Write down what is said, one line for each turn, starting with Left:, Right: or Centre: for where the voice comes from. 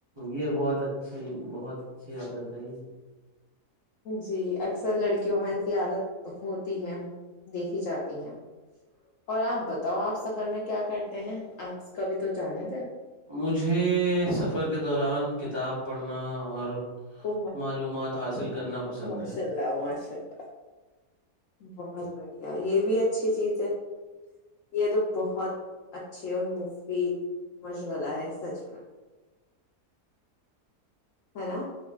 Right: یہ بہت اچھی بہت اچھی یاد ت ہے
Left: جی اکثر لڑکیوں میں عادت ہوتی ہے دیکھی جاتی ہیں اور آپ بتاؤ آپ سفر میں کیا کرتے ہیں آپ کبھی تو جانیں
Right: مجھے سفر کے دوران کتاب پڑھنا اور
Left: ا
Right: معلومات حاصل کرنا پسند
Left: ماشاء
Right: ہے
Left: اللہ ماشاء اللہ بہت بڑھیا یہ بھی اچھی چیز ہے یہ تو بہت اچھی اور مفید مشغلہ ہے سچ میں ہ نا